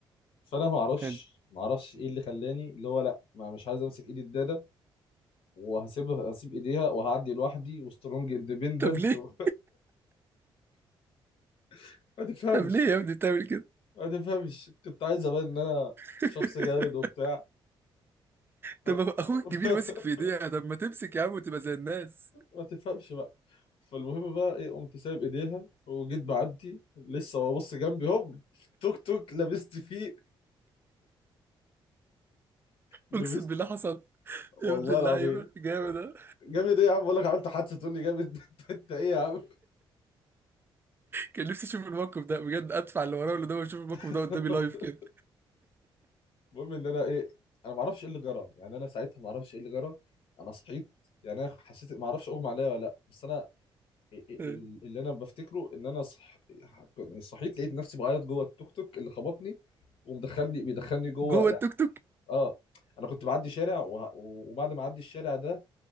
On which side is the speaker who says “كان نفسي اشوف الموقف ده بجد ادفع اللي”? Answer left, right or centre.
Right